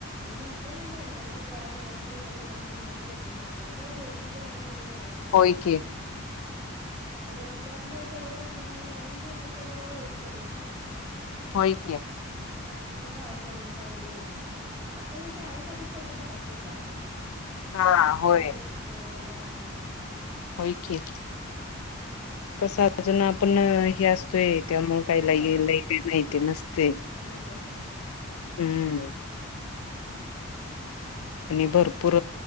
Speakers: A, on the right (about 20°); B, on the left (about 85°).
A: म्हंटलं मी मॅडमांना त्या मॅडमांच्या गटात घेण्यासर घेण्या तर नको म्हटलं. काय ओळखीत नाही कसं जायचं काय?
B: होय की
A: आणि आपल्या आपल्या जवळचे असल्या कि मग मॅडम ते आहेत त्या जरा ओळखीच्या ते आहेत.
B: होय की.
A: बाकी का गावातली अजून काही एवढी ओळखी नाही आता हे शाळेसाठीच फक्त बाहेर पडलो असल.
B: हा
A: नाही तर
B: होय
A: नाही कुठं जास्त नाही.
B: होय की कसं आहे अजून आपण हे असतोय. त्यामुळे काहीला
A: हा
B: लैई काही माहिती नसतय
A: माहित नसते
B: हम्म. आणि भरपूर